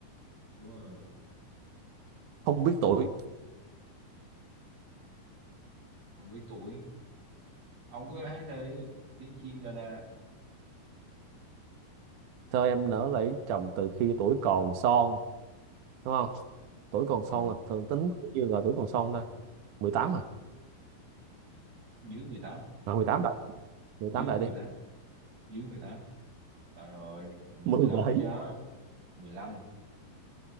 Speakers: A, on the right; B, on the right.
A: đúng rồi
B: không biết tuổi
A: không biết tuổi ông cứ hát đi tiếng chim đa đa
B: sao em nỡ lấy chồng từ khi tuổi còn son đúng không tuổi còn
A: ờ,
B: son là thường tính như là tuổi còn son ta 18 à
A: dưới mười tám
B: à 18 đại 18
A: dưới
B: đại
A: mười
B: đi
A: tám dưới 18 Ờ rồi rồi, mười
B: Mười
A: lăm
B: bảy
A: chứ mười lăm